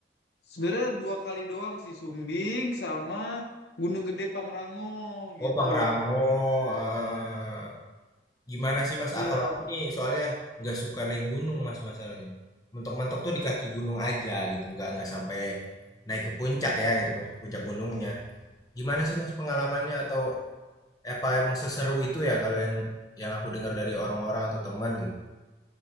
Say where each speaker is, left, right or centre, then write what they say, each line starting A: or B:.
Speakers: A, on the left; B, on the left.
A: sebenarnya dua kali doang sih, Sumbing sama Gunung Gede Pangrango
B: Oh,
A: gitu.
B: Pangrango, eh, Gimana sih Mas,
A: Iya,
B: ah, kalau aku nih soalnya nggak suka naik gunung Mas masalahnya. Mentok-mentok tuh di kaki gunung aja gitu, nggak nggak sampai naik ke puncak ya gitu Mas, puncak gunungnya. Gimana sih Mas pengalamannya atau apa emang seseru itu ya kalau yang yang aku dengar dari orang-orang atau teman gitu?